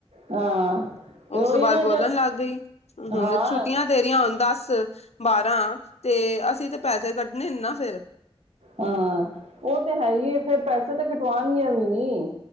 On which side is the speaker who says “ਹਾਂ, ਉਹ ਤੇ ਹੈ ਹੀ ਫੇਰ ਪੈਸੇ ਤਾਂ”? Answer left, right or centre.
Right